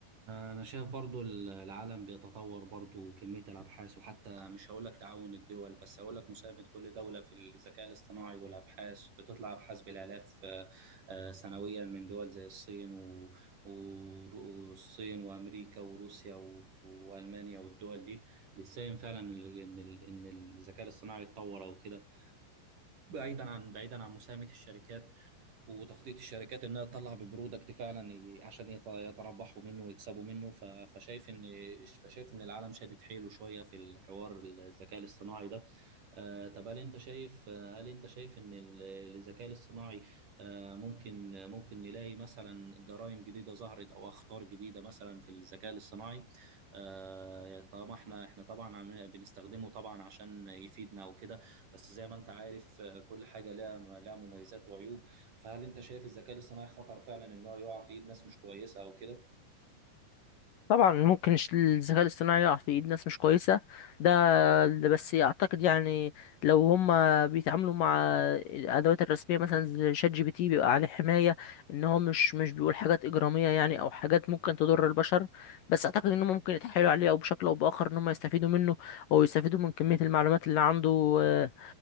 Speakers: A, on the right; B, on the left.
A: أنا شايف برضو ال- العالم بيتطور برضو كمية الأبحاث وحتى مش هقول لك تعاون الدول بس هقول لك مساهمة كل دولة في الذكاء الاصطناعي والأبحاث بتطلع أبحاث بالآلاف آه، آه، سنويا من دول زي الصين و- و- والصين وأمريكا وروسيا و- وألمانيا والدول دي بتساهم فعلا إن ال- إن ال- إن الذكاء الاصطناعي يتطور أو كده بعيدا عن بعيدا عن مساهمة الشركات وتخطيط الشركات انها تطلع ببرودكت فعلا ي- عشان يت- يتربحوا منه ويكسبوا منه ف- فشايف ان فشايف ان العالم شادد حيله شويه في الحوار الذكاء الاصطناعي ده آه، طب هل انت شايف آه، هل انت شايف ان ال- الذكاء الاصطناعي آه، ممكن ممكن نلاقي مثلا جرائم جديده ظهرت او اخطار جديده مثلا في الذكاء الاصطناعي آه، طالما احنا احنا طبعا عم- بنستخدمه طبعا عشان يفيدنا وكده بس زي ما انت عارف آه، كل حاجه لها لها مميزات وعيوب فهل انت شايف الذكاء الاصطناعي خطر فعلا ان هو يقع في ايد ناس مش كويسه او كده
B: طبعا ممكن الش- الذكاء الاصطناعي يقع في ايد ناس مش كويسه ده ده بس اعتقد يعني لو هم بيتعاملوا مع الادوات الرسميه مثلا زي شات جي بي تي بيبقى عليه حمايه ان هو مش مش بيقول حاجات اجراميه يعني او حاجات ممكن تضر البشر بس اعتقد ان هم ممكن يتحايلوا عليه او بشكل او باخر ان هم يستفيدوا منه او يستفيدوا من كميه المعلومات اللي عنده آه،